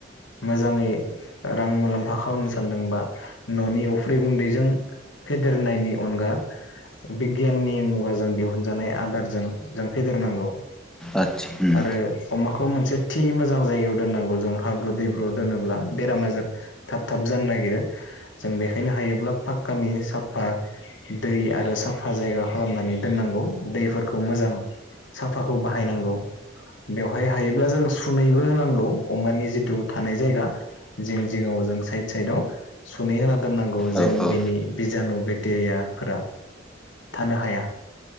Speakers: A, on the left; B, in the centre.
A: मोजाङै रां मुलाम्फा खालामनो सानदोंबा न'नि अफ्रि गुन्दैजों फेदेरनायनि अनगा बिगियाननि मुगाजों दिहुनजानाय आदारजों जों फेदेरनांगौ
B: आदसा उम
A: आरो अमाखौ मोनसे थि मोजां जायगायाव दोननांगौ जों हाब्रु दैब्रु दोनोब्ला बेराम आजार थाब थाब जानो नागिरो। जों बेखायनो हायोब्ला पाक्कानि साफा दै आरो साफा जायगा खालामनानै दोननांगौ दैफोरखौ मोजां साफाखौ बाहायनांगौ बेवहाय हायोब्ला जों सुनैबो होनांगौ अमानि जिथु थानाय जायगा जिं जिङाव जों साइद साइदआव सु नै होना दोननांगौ जेन
B: औ औ ओ
A: बिनि बिजानु बेक्टेरियाफोरा थानो हाया।